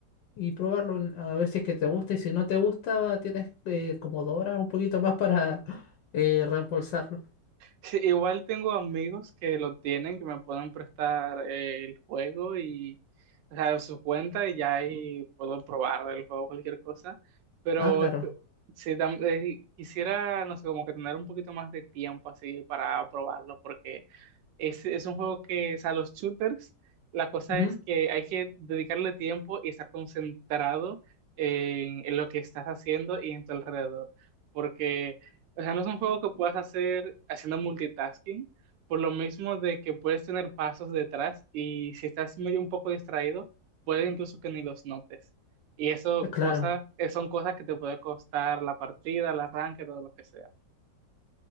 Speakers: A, on the left; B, on the right.
A: y probarlo, en- a ver si es que te gusta y si no te gusta, tienes eh, como dos horas, un poquito más para <laughs> <gasps> eh, reembolsarlo.
B: Sí, igual tengo amigos que lo tienen, que me pueden prestar eh, el juego y, o sea, su cuenta y ya ahí puedo probar el juego, cualquier cosa. Pero
A: Ah, claro.
B: es que, sí, tam- eh, quisiera, no sé, como que tener un poquito más de tiempo así para probarlo, porque es, es un juego que, o sea, los shooters, la cosa
A: Ujú,
B: es que hay que dedicarle tiempo y estar concentrado en, en lo que estás haciendo y en tu alrededor. Porque o sea, no es un juego que puedas hacer haciendo multitasking, por lo mismo de que puedes tener pasos detrás y si estás medio un poco distraído, puede incluso que ni los notes. Y eso
A: eh, Claro.
B: cosas eh, son cosas que te puede costar la partida, el arranque, todo lo que sea.